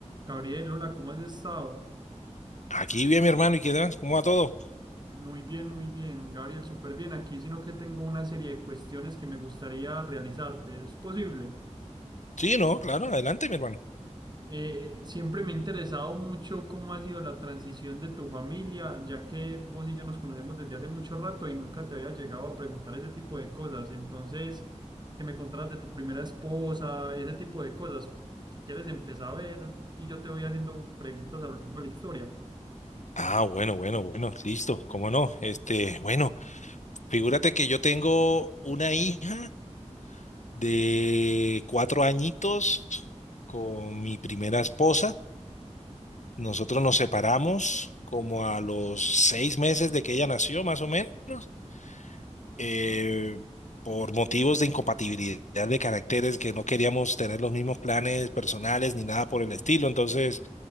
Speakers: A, on the right; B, on the left.
A: Gabriel, hola, ¿cómo has estado?
B: Aquí vi a mi hermano y qué tal, ¿cómo va todo?
A: Muy bien, muy bien, Gabriel, súper bien aquí, sino que tengo una serie de cuestiones que me gustaría realizarte. ¿Es posible?
B: Sí, no, claro, adelante, mi hermano.
A: Eh, siempre me ha interesado mucho cómo ha sido la transición de tu familia, ya que vos y yo nos conocemos desde hace mucho rato y nunca te había llegado a preguntar ese tipo de cosas. Entonces, que me contaras de tu primera esposa, ese tipo de cosas. Si quieres, empezar a ver y yo te voy haciendo preguntas a lo largo de la historia.
B: Ah, bueno, bueno, bueno, listo, cómo no. Este, bueno, figúrate que yo tengo una hija de cuatro añitos con mi primera esposa. Nosotros nos separamos como a los seis meses de que ella nació, más o menos, eh, por motivos de incompatibilidad de caracteres que no queríamos tener los mismos planes personales ni nada por el estilo. Entonces,